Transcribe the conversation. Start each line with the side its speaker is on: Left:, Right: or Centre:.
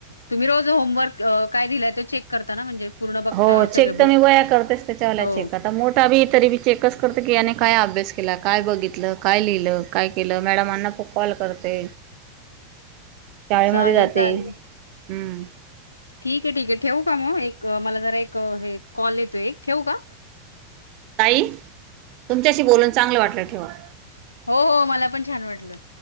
Left: तुम्ही रोज होमवर्क काय दिलाय? ते चेक करताना म्हणजे? पूर्ण बघता
Right: हो चेक
Left: सगळे
Right: तर
Left: बुक?
Right: मी वह्या करतेच त्याच्याला
Left: हो.
Right: चेक आता मोठा बी तरी बी चेकच करते त्याने काय अभ्यास तिला काय बघितलं काय लिहिलं? काय केला? मॅडमांना फोन कॉल करते. शाळेमध्ये
Left: चालेल,
Right: जाते.
Left: चालेल.
Right: हम्म!
Left: ठीक आहे ठीक आहे! ठेवू का मग एक मला जरा एक हे कॉल येतोय. एक ठेवू का
Right: ताई तुमच्याशी बोलून चांगलं वाटलं ठेवा.
Left: हो हो मला पण छान वाटलं